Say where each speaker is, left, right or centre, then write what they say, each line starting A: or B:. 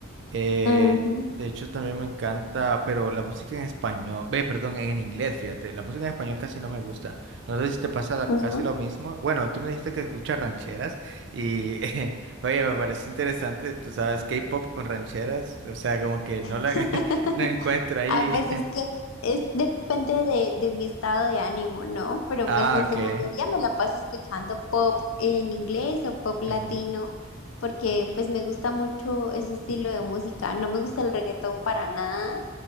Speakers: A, on the right; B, on the left.
A: Eh,
B: Ujú,
A: de hecho, también me encanta, pero la música en español, ve, perdón, en inglés, fíjate, la música en español casi no me gusta. No sé si te pasa la-
B: ¿no?
A: casi lo mismo. Bueno, tú me dijiste que escuchas rancheras y, <laughs> oye, me parece interesante, tú sabes, K-pop con rancheras, o sea, como que no la,
B: <laughs>
A: <laughs> no encuentro ahí.
B: Ah, pues
A: <laughs>
B: es que es, depende de, de mi estado de ánimo, ¿no? Pero
A: Ah,
B: pues en
A: ok.
B: su mayoría me la paso escuchando pop en inglés o pop latino,
A: Ujú.
B: porque pues me gusta mucho ese estilo de música. No me gusta el reggaetón para nada,